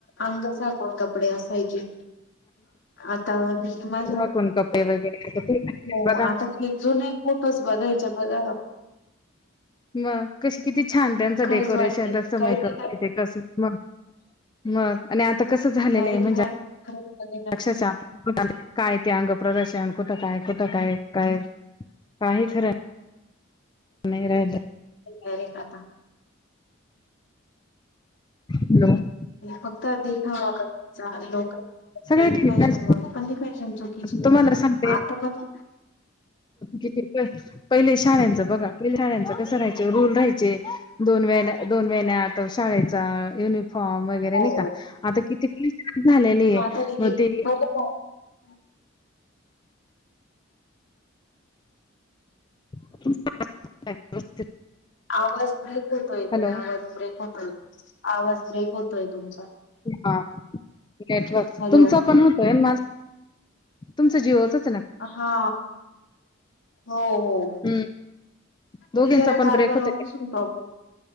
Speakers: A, on the left; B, on the left.
A: अंग साकण कपडे असायचे. आता मी माझ....
B: झाकून कपडे वगैरे
A: हो
B: बघा
A: आता कि जुून फोटोच बघायचा बघा..
B: मग कशी किती छान त्यांचं
A: खरंच
B: डेकोरेशन
A: वाटते
B: त्यांच
A: काही
B: मेकअप
A: ठिकाणी
B: अस. म म.... आणि आता कसं झालेलं
A: काही
B: आहे
A: ठिकाणी
B: म्हणजेक्षा
A: खरंच
B: काय ते अंग... प्रदर्शन कुठं काय कुठं काय काय काही खरं... नाही राहीलं
A: वरे खात...
B: नमस्ते...
A: फक्त देखावा क लोक...
B: सगळ्या
A: एक
B: ठिकाणी
A: फॅशन म्हणून पण ती फॅशन चुकीची
B: तुम्हाला सांगते
A: आता पण...
B: किती पहिले... शाळचं बघा पहिल्या शाळच कसं राहायच रूल राहायचे दोन व दोन वेन्या आ तो शाळेचा.. युनिफॉर्म वगैरे
A: हो
B: नाही का आता किती फी झालेले आहे.
A: अ
B: मग ते
A: ब...
B: <unintelligible>
A: आवाज ब्रेक होतोय
B: हॅलो
A: ते आवाज ब्रेक होतोय आवाज ब्रेक होतोय तुमचा...
B: हा नेटवर्क
A: हॅलो
B: तुमचा पण होतोय माझा.... तुमचा जीव होत..
A: हा... हो हो हो...
B: हम् दोघींचा
A: ते जरा
B: पण
A: काल
B: ब्रेक
A: परवा
B: होत
A: सु प्रॉफ...